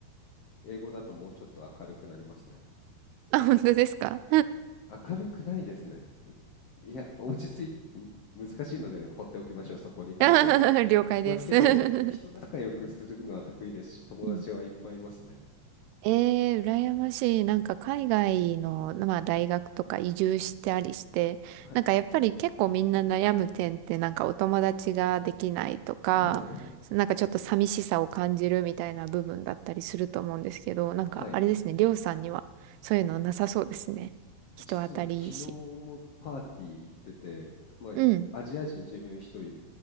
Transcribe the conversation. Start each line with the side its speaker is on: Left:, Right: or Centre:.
Left: 英語だともうちょっと明るくなりますね。
Right: あ、本当ですか
Left: 明るくないですね。ういや、落ち着い、ん難しいので放っておきましょう、そこに関しては。
Right: <laughs> 了解です
Left: まあ、けど、人仲良くするのは得意ですし、
Right: <laughs>
Left: 友達はいっぱいいますね。
Right: うんええー羨ましい。なんか海外の、まあ、大学とか移住してありして、
Left: はい。
Right: なんかやっぱり結構みんな悩む点ってなんかお友達ができないとか、
Left: はいはい。
Right: なんかちょっと寂しさを感じるみたいな部分だったりすると思うんですけど、なんかあれですね、
Left: はい。
Right: りょうさんにはそういうのなさそうですね。人当たりいいし。
Left: 実は昨日もパーティー行ってて、まあ、
Right: うん、
Left: アジア人自分一人